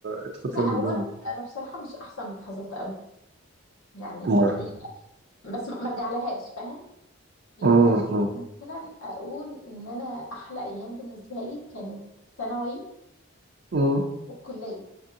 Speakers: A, on the right (about 55°); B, on the left (about 80°).
A: ادخل
B: لا
A: فين من
B: هو
A: النوم
B: انا انا بصراحه مش احسن لحظات قوي يعني
A: ما-
B: هي بس ما ما ارجع لهاش فاهم يعني
A: أمم،
B: انا
A: أمم،
B: ممكن مثلا اقول ان انا احلى ايام بالنسبه لي كانت ثانوي
A: أمم.
B: والكليه